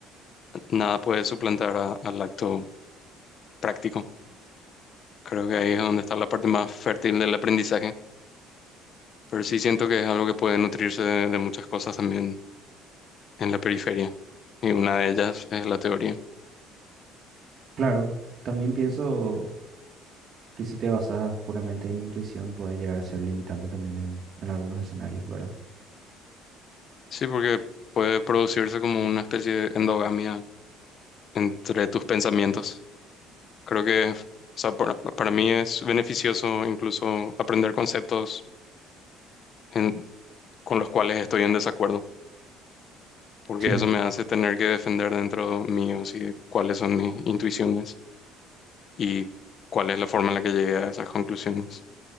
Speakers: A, on the left (about 50°); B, on the right (about 55°).
A: nada puede suplantar a- al acto práctico. Creo que ahí es donde está la parte más fértil del aprendizaje, pero sí siento que es algo que puede nutrirse de, de muchas cosas también en la periferia, y una de ellas es la teoría.
B: Claro, también pienso que si te basas puramente en intuición puede llegar a ser limitante también en, en algunos escenarios, ¿verdad?
A: Sí, porque puede producirse como una especie de endogamia entre tus pensamientos. Creo que, o sea, para, para mí es beneficioso incluso aprender conceptos en- con los cuales estoy en desacuerdo. porque
B: Sí,
A: eso me hace tener que defender dentro mío, sí, cuáles son mis intuiciones y cuál es la forma en la que llegué a esas conclusiones.